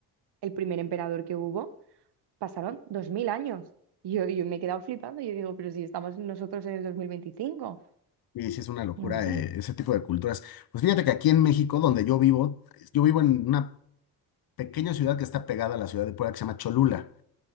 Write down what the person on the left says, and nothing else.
Y sí, es una locura
eh, ese tipo de culturas. Pues fíjate que aquí en México, donde yo vivo, yo vivo en una pequeña ciudad que está pegada a la ciudad de Puebla, que se llama Cholula.